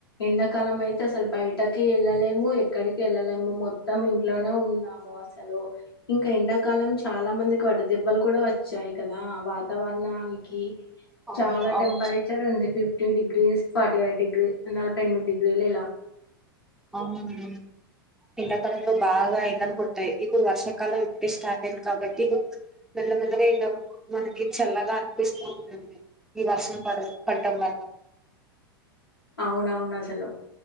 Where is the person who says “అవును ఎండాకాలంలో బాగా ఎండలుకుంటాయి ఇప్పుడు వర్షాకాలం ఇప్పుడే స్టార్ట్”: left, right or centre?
Centre